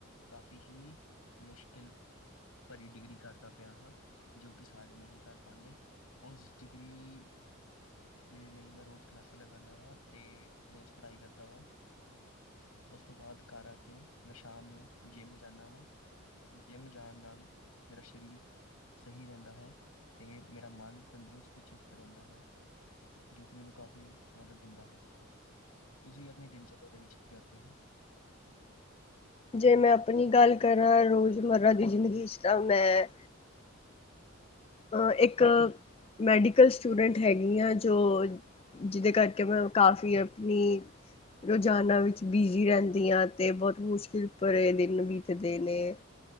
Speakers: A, on the left (about 85°); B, on the left (about 25°).
A: ਕਾਫ਼ੀ ਹੀ ਮੁਸ਼ਕਿਲ ਭਰੀ ਡਿਗਰੀ ਕਰਦਾ ਪਿਆ ਹਾਂ ਜੋ ਕਿ ਸਾਰੇ ਨਹੀਂ ਕਰ ਪਾਉਂਦੇ ਉਸ ਡਿਗਰੀ ਦੇ ਲਈ ਮੈਂ ਰੋਜ਼ ਕਲਾਸਾਂ ਲਗਾਉਦਾ ਵਾਂ ਤੇ ਰੋਜ਼ ਪੜ੍ਹਾਈ ਕਰਦਾ ਵਾਂ ਉਸ ਤੋਂ ਬਾਅਦ ਘਰ ਆ ਕੇ ਮੈਂ ਸ਼ਾਮ ਨੂੰ ਜਿੰਮ ਜਾਂਦਾ ਵਾਂ ਜਿੰਮ ਜਾਣ ਨਾਲ ਮੇਰਾ ਸਰੀਰ ਸਹੀ ਰਹਿੰਦਾ ਹੈ ਤੇ ਮੇਰਾ ਮਨ ਤੰਦਰੁਸਤ ਤੇ ਚੁਸਤ ਰਹਿੰਦਾ ਹੈ ਜੋ ਕਿ ਮੈਨੂੰ ਕਾਫ਼ੀ ਮਦਦ ਦਿੰਦਾ ਹੈ ਤੁਸੀਂ ਆਪਣੀ ਦਿਨ ਚੜੀਆ ਦੇ ਵਿੱਚ ਕੀ ਕਰਦੇ ਹੋ
B: ਜੇ ਮੈਂ ਆਪਣੀ ਗੱਲ ਕਰਾਂ ਰੋਜ਼ ਮਤਲਬ <unintelligible> <unintelligible> ਮੈਂ ਹਾਂ ਇੱਕ ਮੈਡੀਕਲ ਸਟੂਡੈਂਟ ਹੈਗੀ ਆ ਜੋ <inaudible> ਜਿਹਦੇ ਕਰਕੇ ਮੈਂ ਕਾਫ਼ੀ ਆਪਣੀ ਰੋਜ਼ਾਨਾ ਵਿੱਚ ਬਿਜੀ ਰਹਿੰਦੀ ਹਾਂ ਤੇ ਬਹੁਤ ਮੁਸ਼ਕਿਲ ਪਰਰੇ ਦਿਨ ਬੀਤਦੇ ਨੇ